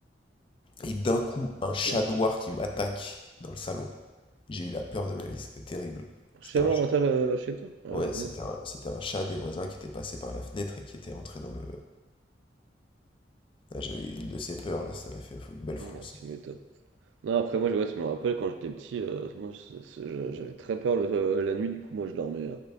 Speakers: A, on the left; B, on the right.
A: Et d'un coup, un
B: ok.
A: chat noir qui m'attaque dans le salon. J'ai eu la peur de ma vie. C'était terrible. C'était
B: Chez
A: un
B: moi,
A: chat.
B: dans ta, euh, chez toi? Ouais,
A: Ouais,
B: punaise.
A: c'était un, c'était un chat des voisins qui était passé par la fenêtre et qui était rentré dans le. Là, j'avais une de ces peurs là. Ça m'a fait une belle frousse.
B: Ouais, tu m'étonnes. Non, après, moi, je, ouais, je me rappelle quand j'étais petit, euh, moi, je- je- je- j'avais très peur le- euh, la nuit, du coup, moi, je dormais, euh,